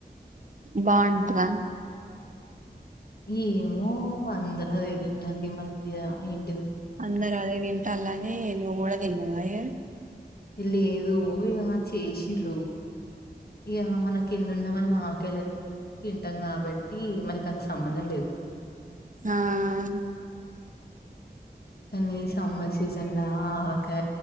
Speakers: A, on the right; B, on the left.
A: బాగుంటదా
B: ఏమో వందరు అదేదింటాల్లు ఈ మ ధ్యా ఇం
A: అందరు అదే తింటల్లని నువ్వు కూడా తిన్నావాయే
B: ఎ ల్లే దు ఇగ చేసిర్రు ఇగ మనకి ఎన్ను మ మా కేళద్ తింటాం కాబట్టి మనక్ అంత సంబంధం లేదు
A: ఆహ్
B: కనీసం మేడ్సిజన్ నాకే